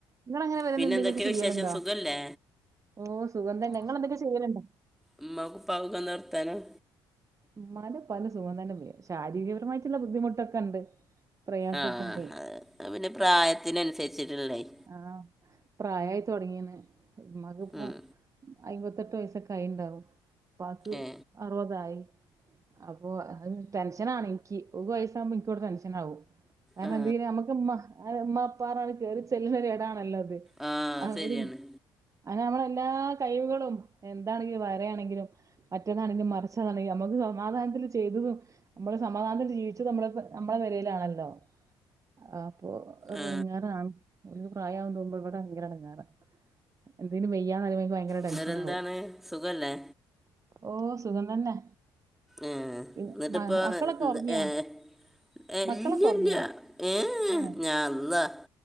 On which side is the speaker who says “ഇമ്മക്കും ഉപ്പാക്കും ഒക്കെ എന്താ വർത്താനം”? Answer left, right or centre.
Centre